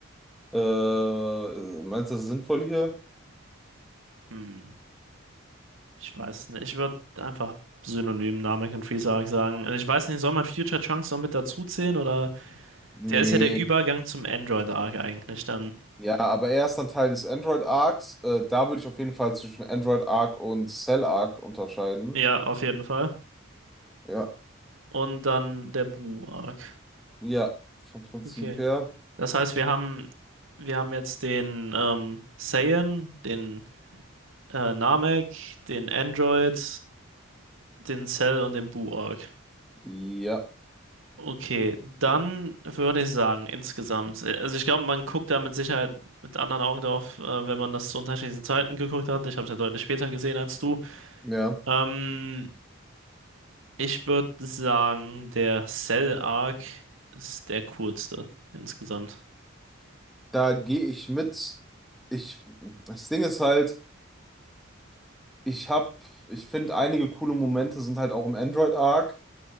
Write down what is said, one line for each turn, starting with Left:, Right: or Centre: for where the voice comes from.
Centre: Äh, meinst du das sinnvoll hier?
Right: Hm. Ich weiß nicht. Ich würde einfach synonym Namek und Freezer sagen. Also ich weiß nicht, soll man Future Trunks noch mit dazu zählen oder
Centre: Nee.
Right: der ist ja der Übergang zum Android Arc eigentlich dann.
Centre: Ja, aber er ist dann Teil des Android Arcs. Äh, da würde ich auf jeden Fall zwischen Android Arc und Cell Arc unterscheiden.
Right: Ja, auf jeden Fall.
Centre: Ja.
Right: Und dann der Buu Arc.
Centre: Ja, vom Prinzip
Right: Okay.
Centre: her.
Right: Das heißt, wir haben wir haben jetzt den ähm, Saiyan, den äh, Namek, den Android, den Cell und den Buu Arc.
Centre: Ja,
Right: Okay, dann würde ich sagen, insgesamt. äh, Also ich glaube, man guckt da mit Sicherheit mit anderen Augen drauf, äh, wenn man das zu unterschiedlichen Zeiten geguckt hat. Ich habe es ja deutlich später gesehen als du.
Centre: ja.
Right: Ähm, ich würde sagen, der Cell-Arc ist der coolste insgesamt.
Centre: Da gehe ich mit. Ich, das Ding ist halt, ich hab, ich finde einige coole Momente sind halt auch im Android Arc.